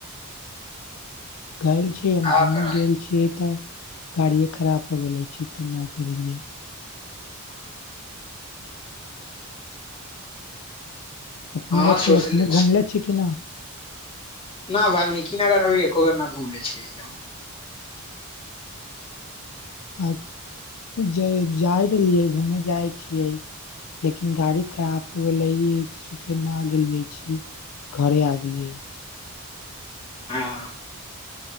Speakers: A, on the left (about 70°); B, on the left (about 25°).
A: गेलायल छीियै हम
B: का
A: घूमे
B: करबै
A: गेल छियै तऽ गाड़िए खराब हो गेलै छी तऽ नहि गेलियै अपने
B: हँ
A: बात
B: सोचले
A: हे अपने घुमले छीिय कि न
B: न वाल्मीकी नगर अभी एको बेर न घुमले छीियै अ
A: आ जाइत रहलियै घूमय जाइत छियै लेकिन गाड़ी खराब हो गेलै सुखे न गेलियै छी घरे आ गेलियै
B: हँ